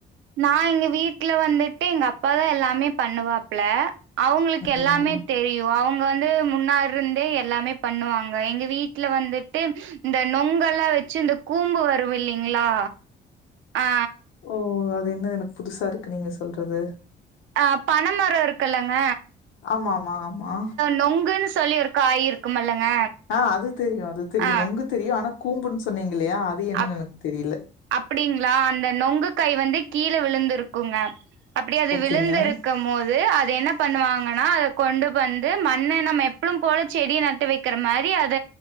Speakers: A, on the right; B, on the left.
A: நா எங்க வீட்டல வந்துட்டு எங்க அப்பாதா எல்லாமே பண்ணுவாப்ல அவுங்ளுக்கு எல்லாமே
B: ம்
A: தெரியு அவுங்க வந்து முன்னாருந்தே எல்லாமே பண்ணுவாங்க எங்க வீட் ல வந்துட்டு இந்த நொங்கெல்லா வச்சு இந்த கூம்பு வரு இல்லைங்ளா ஆ
B: ஓ அது என்ன எனக்கு புதுசா இருக்கு நீங்க சொல்றது
A: ஆ பன மரோ இருக்குல்லங்க
B: ஆமா ஆமா ஆமா
A: நொங்குன் சொல்லி ஒரு காய் இருக்குமல்லங்க
B: அ அது தெரியு அது தெரியு
A: ஆ
B: நொங்கு தெரியு ஆனா கூம்புன் சொன்னீங்கல்லையா அது என்னன்னு
A: அ
B: எனக்கு தெரில
A: அப்டிங்களா அந்த நொங்கு காய் வந்து கீழ விழுந்துருக்குங்க அப்டி அது
B: ஓகேங்க,
A: விழுந்துருக் இருக்கம் போது அது என்ன பண்ணுவாங்கன்னா அத கொண்டு வந்து மண்ண நம்ம எப்பளும் போல செடி நட்டு வைக்க இருக்கிற மாரி அத